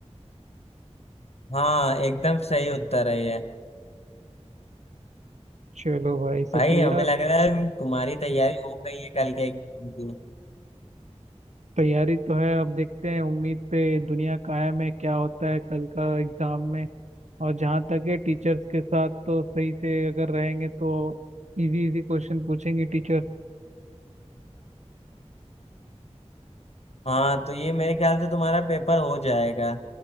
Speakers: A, on the left; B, on the right.
A: हाँ एकदम सही उत्तर है ये
B: चलो भाई शुक्रिया
A: भाई हमें लग रहा है तुम्हारी तैयारी हो गई है कल के एग्जाम की
B: तैयारी तो है अब देखते हैं उम्मीद पे दुनिया कायम है क्या होता है कल का एग्जाम में और जहाँ तक है टीचर्स के साथ तो सही से अगर रहेंगे तो इजी इजी क्वेश्चन पूछेंगे टीचर्स
A: हाँ तो ये मेरे ख्याल से तुम्हारा पेपर हो जाएगा